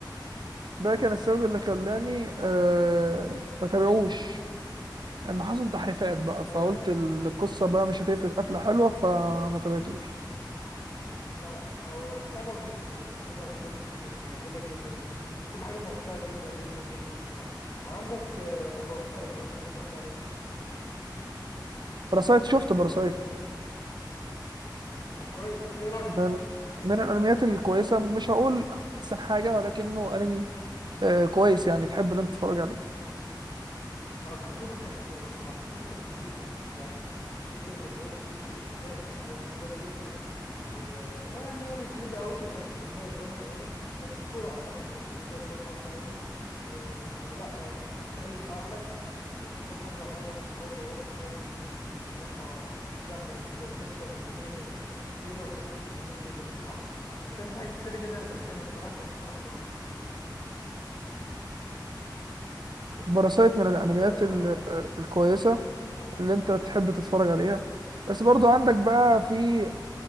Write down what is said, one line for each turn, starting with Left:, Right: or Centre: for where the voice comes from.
Right: ده كان السبب اللي خلاني آه ما تابعوش ان حصل تحريفات بقى فقلت
Left: أيوه أيوه
Right: القصة بقى مش هتقفل قفلة حلوة فما تابعتوش
Left: لا لا هو تابعوا الموسم التاني تابعوا لحد الموسم التاني هيعجبك جدا جدا هتبقى حاجة ممتعة جدا جدا جدا الصراحة وعندك آه، باراسايت لو أنت اتفرجت عليه
Right: باراسايت شفت باراسايت
Left: طب كويس إيه رأيك فيه؟
Right: من, من الانميات الكويسه مش هقول احسن حاجه ولكنه انمي آه كويس يعني تحب ان انت تتفرج عليه
Left: آه، قصته كان جميلة الصراحة قصته كانت جديدة بشكل عام فكرة إن يبقى في كائن عايز يحتل جسمك ويعني هي مش جديدة قوي يعني احنا شفناها في فينوم يعني بس الصورة عامة كانت جديدة شوية في عالم الأنمي و- فلا ما ما يحتلش عقلك وتفضل محافظ على عقلك وهو جواك فده كان شيء الصراحة لا كانت قصة بالنسبة لي كانت مثيرة وكان لا، كان جميل جدا الصراحة وكان في حاجات كتيرة جدا قدمت الصراحة كان بصراحة بقى
Right: باراسايت من الانميات
Left: فممتع
Right: ال- آه، الكويسه اللي انت تحب تتفرج عليها بس برضو عندك بقى في